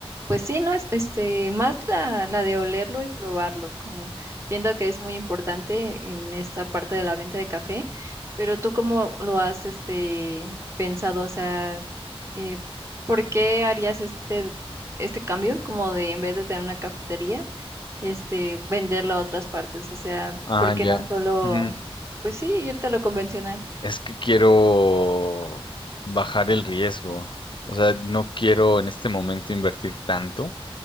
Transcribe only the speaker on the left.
Ah,
ya.
Ujú.
Es que quiero bajar el riesgo. O sea, no quiero en este momento invertir tanto.